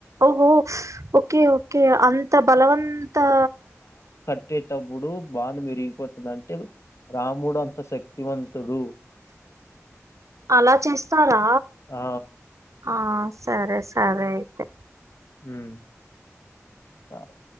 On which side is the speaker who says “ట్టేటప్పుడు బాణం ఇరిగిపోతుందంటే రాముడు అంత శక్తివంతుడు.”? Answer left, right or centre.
Left